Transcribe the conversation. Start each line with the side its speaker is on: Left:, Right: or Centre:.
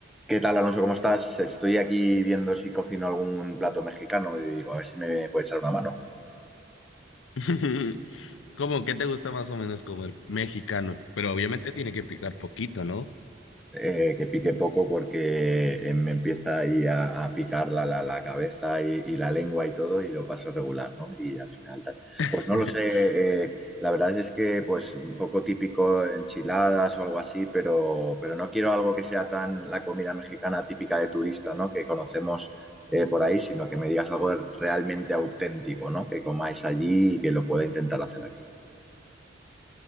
Centre: ¿Qué tal, Alonso? ¿Cómo estás? Estoy aquí viendo si cocino algún plato mexicano y digo, a ver si me puede echar una mano.
Left: <laughs> ¿Cómo que te gusta más o menos como el mexicano? Pero obviamente tiene que picar poquito, ¿no?
Centre: Eh, que pique poco porque eh, me empieza ahí a, a picar la, la- la cabeza y, y la lengua y todo y lo paso regular, ¿no? Y al final tal.
Left: <laughs>
Centre: Pues no lo sé, eh, la verdad es que pues un poco típico enchiladas o algo así, pero, pero no quiero algo que sea tan la comida mexicana típica de turista, ¿no? Que conocemos eh, por ahí, sino que me digas algo realmente auténtico, ¿no? Que comáis allí y que lo pueda intentar hacer aquí.